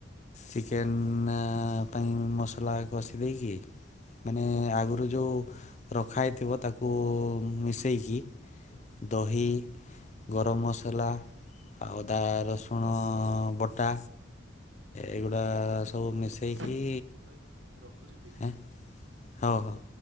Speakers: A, on the left; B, on the right.
A: ଚିକେନ୍ ପାଇଁ ମସଲା କଷି ଦେଇକି ମାନେ ଆଗରୁ ଯଉ ରଖା ହେଇଥିବ ତାକୁ ମିଶେଇକି ଦହି ଗରମ ମସଲା ଆଉ ଅଦା ରସୁଣ ବଟା
B: ଭାଇ
A: ଏଗୁଡ଼ା ସବୁ ମିଶେଇକି
B: ଟାଇମ୍ ହେଇଗଲାଣି ହଉ ଭାଇ ରଖୁଛି ଟିକେ
A: ୟାଁ
B: ଆଁ।
A: ହଉ ହଉ।